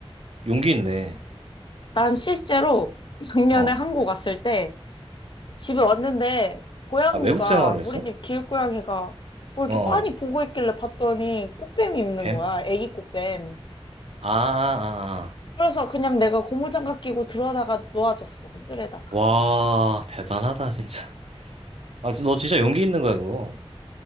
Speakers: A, on the right (about 80°); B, on the left (about 50°).
A: 용기 있네.
B: 난 실제로 작년에
A: 어.
B: 한국 왔을 때 집에 왔는데 고양이가
A: 아, 외국 생활을 했어?
B: 우리 집 길고양이가 뭐 이렇게
A: 어. 어.
B: 빤히 보고 있길래 봤더니 꽃뱀이 있는
A: 뱀?
B: 거야. 애기 꽃뱀.
A: 아, 아, 아.
B: 그래서 그냥 내가 고무장갑 끼고 들어다가 놓아줬어. 뜰에다.
A: 와, 대단하다, 진짜. 아, 너 진짜 용기 있는 거야, 그거.